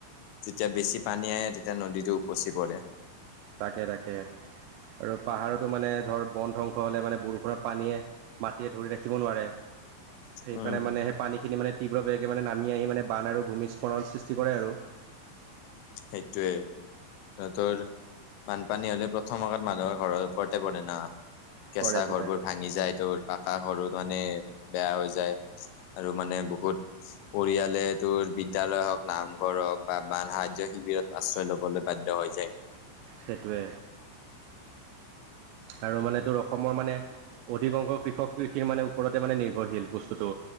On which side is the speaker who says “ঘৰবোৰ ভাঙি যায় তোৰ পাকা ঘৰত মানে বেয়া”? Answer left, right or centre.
Left